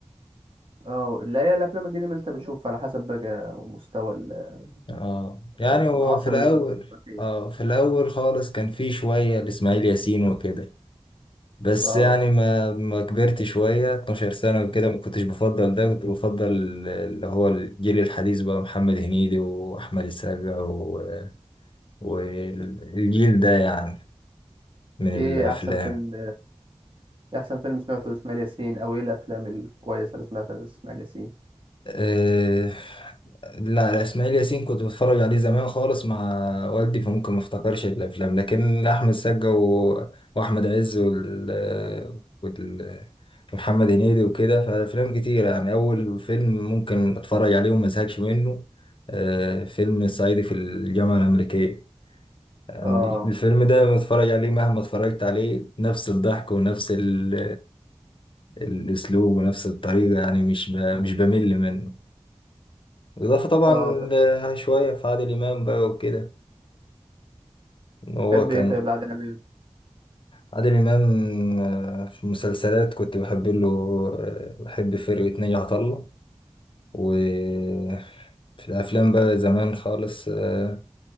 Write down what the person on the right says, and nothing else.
اه لا هي الأفلام القديمة اللي أنت بتشوفها على حسب بقى مستوى ال-
أو
العصر
اللي أنت كنت بتتفرج فيه
اه
ايه احسن فيلم احسن فيلم سمعته لاسماعيل ياسين او ايه الافلام الكويسه اللي سمعتها لاسماعيل ياسين
اه
اه ط-
تحب
ايه طيب لعادل امام